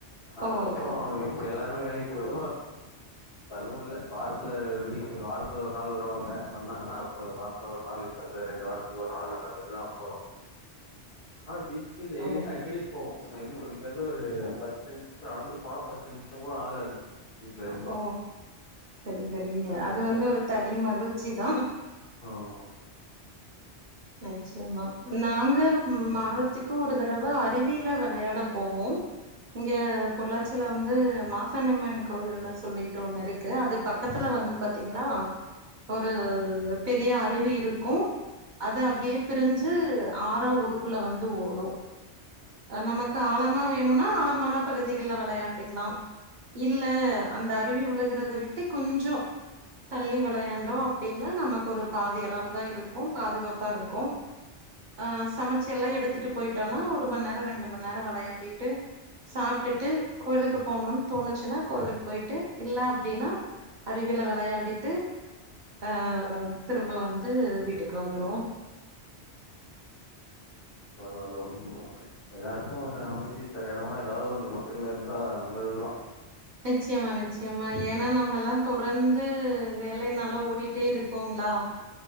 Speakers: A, on the left; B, on the right.
A: அதுக்கப்பறம்
B: ஓ! ஓ!
A: இப்ப எல்லார் <unintelligible> இப்படு அதுவுல்ல வாரத்துல விக் வாரத்துல ஒரு நாள் வருவாங்க வந்தாங்கன்னா அப்ப வாரத்துல ஒரு நாள் இப்ப இல்ல ரெண்டு வாரத்துக்கு ஒரு நாள்ன்ற மாரிதாபோறோ ஆனா பீச்க்கு டெய்லி
B: ஓ!
A: அடிக்கடிக் போவோ எப்பிடி சொல்லி இங்கர்ந்து ஒரு பத்து நிமிஷம் நடந்து போனா பத்து நிமிஷம் கூட ஆகாது வீட்ல இருந்து.
B: ஓ சரி சரிங்க
A: நல்ல
B: அது வந்து ஒரு தனி மகிழ்ச்சிதா ம்
A: ஆமா
B: நிச்சயமா ம் நா இங்க மாதத்துக்கு ஒரு தடவ அருவியில விளையாட போவோ இங்க பொள்ளாச்சியில வந்து மாசனியம்மன் கோயில்னு சொல்லிட்டு ஒண்ணு இருக்கு அது பக்கத்துல வந்து பாத்தீங்கன்னா ஒரு பெரிய அருவி இருக்கு அது அப்பிடியே பிரிஞ்சு ஆற ஊருக்குள்ள வந்து ஓடு நமக்கு ஆழமா வேணும்னா ஆழமான பகுதிகல விளையாண்டுக்கலா இல்ல அந்த அருவி விழுகுறத விட்டு கொஞ்சோ தள்ளி விளையாண்டோ அப்பிடின்னா நமக்கு ஒரு பாதி அளவுதா இருக்கு பாதுகாப்பா இருக்கு ஆ சமச்சில்லா எடுத்துட்டு போயிட்டோனா ஒருமநேரோ ரெண்டுமநேரோ விளையாடிட்டு சாப்பிட்டுட்டு கோயிலுக்கு போனோன் தோணுச்சுன்னா கோயிலுக்கு போயிட்டு இல்ல அப்பிடின்னா அருவியில விளையாடிட்டு அ திரும்ப வந்து வீட்டுக் க்கு வந்துருவோ
A: பரவால்ல <unintelligible> எல்லாருக்கு ஒரு அமைதி தர இடமா இ ஏதா ஒண்ண பக்கல்ல இருந்தா நல்லதுதா
B: நிச்சயமா நிச்சயமா ஏன்னா நம்மல்லா தொடர்ந்து வேலைனால ஓடிட்டே இருக்கோங்களா